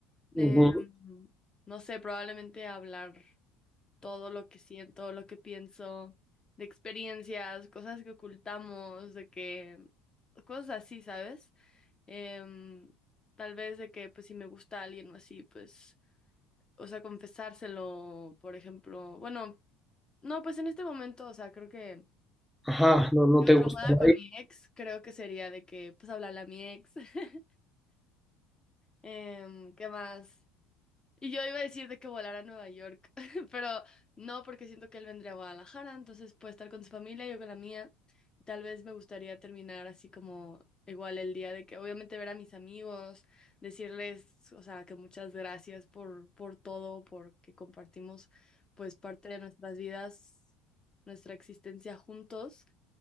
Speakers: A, on the left; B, in the centre.
A: em,
B: Ujú.
A: no sé, probablemente hablar. todo lo que siento, lo que pienso, de experiencias, cosas que ocultamos, de que cosas así, ¿sabes? Em, tal vez de que pues si me gusta alguien o así, pues, o sea, confesárselo, por ejemplo. Bueno, no, pues en este momento, o sea, creo que
B: Ajá, no,
A: yo
B: no te
A: traumada
B: gusta nadie,
A: con mi ex, creo que sería de que pues hablarle a mi ex. <laughs> Em, ¿qué más? Y yo iba a decir de que volara a Nueva York, <laughs> pero no, porque siento que él vendría a Guadalajara, entonces puede estar con su familia, yo con la mía. Tal vez me gustaría terminar así como igual el día de que obviamente ver a mis amigos, decirles, o sea, que muchas gracias por, por todo, porque compartimos pues parte de nuestras vidas, nuestra existencia juntos.